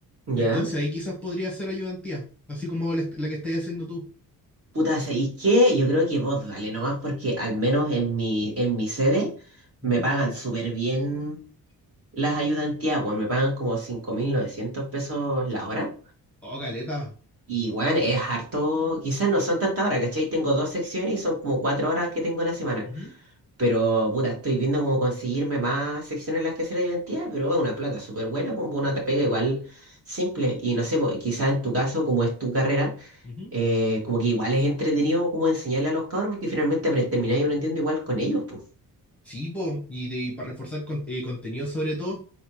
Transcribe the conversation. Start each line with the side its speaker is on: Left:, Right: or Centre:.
Right: ya.
Centre: entonces ahí quizás podría ser ayudantía, así como la, est- la que estás haciendo tú.
Right: Puta, ¿sabéis qué? Yo creo que vos dale nomás porque al menos en mi, en mi sede me
Centre: Ujú.
Right: pagan súper bien las ayudantías, weón. Me pagan como 5.900 pesos la hora.
Centre: Oh, caleta.
Right: Y bueno es harto, quizás no son tantas horas, ¿cachai? Tengo dos secciones y son como cuatro horas que tengo a la semana.
Centre: Ujú,
Right: Pero puta, estoy viendo cómo conseguirme más secciones en las que hacer ayudantía, pero es una plata súper buena, como una pega igual simple. Y no sé, pues, quizás en tu caso, como es tu carrera
Centre: ujú.
Right: eh, como que igual es entretenido como enseñarle a los cabros porque finalmente apre- termináis aprendiendo igual con ellos, pues.
Centre: Sí, po, y, de- y para reforzar con- eh, contenido sobre todo,